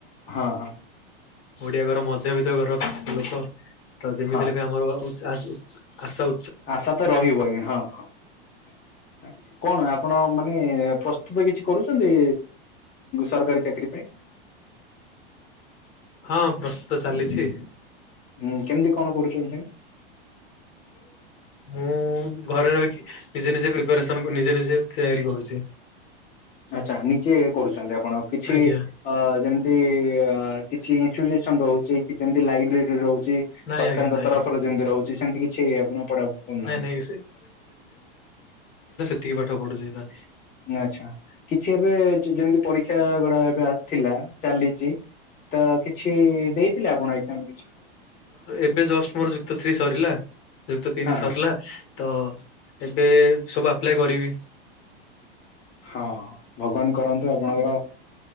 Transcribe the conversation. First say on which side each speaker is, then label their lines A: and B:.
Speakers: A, on the left; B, on the left.
A: ହଁ ହଁ।
B: ଓଡିଆ ଘର ମଧ୍ୟବିତ୍ତ ଘରର ଲୋକ ତ ଯେମିତିଲେ
A: ହଁ
B: ବି ଆମର ଆ ଆସ
A: ଆଶା ତ ରହିବ ଆଜ୍ଞ ହଁ ହଁ। କଣ ଆପଣ ମାନେ ପ୍ରସ୍ତୁତ କିଛି କରୁଛନ୍ତି ସରକାରୀ ଚାକିରିୀ ପାଇଁ।
B: ହଁ ପ୍ରସ୍ତୁତ ଚାଲିଛି।
A: ହୁଁ କେମିତି କଣ କରୁଛନ୍ତି? ସେ
B: ମୁଁ ଘରେ ରହି ନିଜେ ନିଜେ ପ୍ରିପାରେସନ ନିଜେ ନିଜେ ତିଆରି କରୁଛି।
A: ଆଚଛା ନିଜେ କରୁଛନ୍ତି ଆପଣ କିଛି
B: ଆଜ୍ଞା
A: ଅ ଯେମିତି କିଛି ଇୁସ ରହୁଛି କି ଯେମିତି ଲାଇବ୍ରେରୀ ରହୁଛି।
B: ନାଇଁ
A: ସରକାରଙ୍କ
B: ଆଜ୍ଞା ନାଇଁ
A: ତରଫରୁ
B: ଆଜ୍ଞା
A: ଯେମତି ରହୁଛି ସେମତି କିଛି ଆପଣ ପଢାଢି କରୁନାହାନ୍ତି।
B: ନାଇଁ ନାଇଁ ଟତିିକେ ପାଠ ପଢୁଛି ତା
A: ଆଛା କିଛି ଏବେ ଯେମିତି ପରୀକ୍ଷା ଗୁଡା ଏବେ ଥିଲା ଚାଲିଛି ତ କିଛି ଦେଇଥିଲେ ଆପଣ ଏାମ
B: ଏବେ ଜଷ୍ଟ ମୋର ଯୁକ୍ତ ସ୍ତ୍ରୀ ସରିଲା। ଯୁକ୍ତ ତିନି
A: ହଁ
B: ସରିଲା
A: ହଁ
B: ତ ଏବେ ସବୁ ଆପ୍ଲାଏ କରିବି।
A: ହଁ ଭଗବାନ କରନ୍ତୁ ଆପଣଙ୍କର